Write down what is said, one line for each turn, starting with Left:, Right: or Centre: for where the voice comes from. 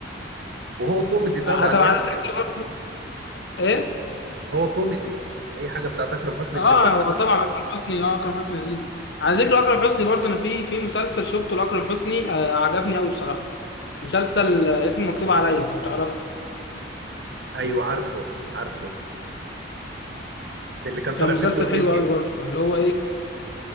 Right: وهو كوميدي طبعا
Left: آه، طب
Right: يعني
Left: على ذكر برضه ايه
Right: هو كوميدي اي حاجه بتاعت اكرم حسني
Left: اه
Right: بتبقى كوميدي.
Left: هو طبعا اكرم حسني اه اكرم حسني لذيذ على ذكر اكرم حسني برضه انا في في مسلسل شفته لاكرم حسني آه عجبني قوي بصراحه مسلسل آه، اسمه مكتوب عليا لو تعرفه
Right: ايوه عارفه عارفه اللي كان طالع
Left: كان مسلسل
Right: فيه بدور جلجل
Left: حلو قوي برضه كان اللي هو ايه